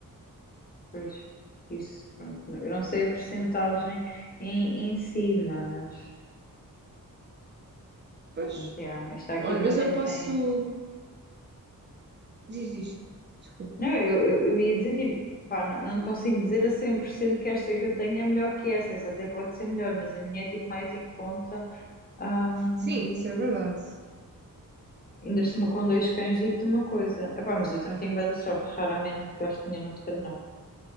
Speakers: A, on the left; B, on the right.
A: pois, isso, pronto, não- eu não sei a percentagem em, em si, mas,
B: Pois.
A: mas, yeah, esta aqui
B: Olha,
A: também
B: mas eu posso.
A: tem,
B: Diz, diz. Desculpa.
A: não, eu, eu, eu ia dizer, tipo, pá, não, não te consigo dizer a 100% que esta que eu tenho é melhor que essa, essa até pode ser melhor, mas a minha é, tipo, mais em conta, ahm,
B: Sim, isso é verdade.
A: Ainda se uma com dois cães, digo-te uma coisa. Epá, mas eu também tenho bué da sorte, raramente gasto dinheiro no veterinário.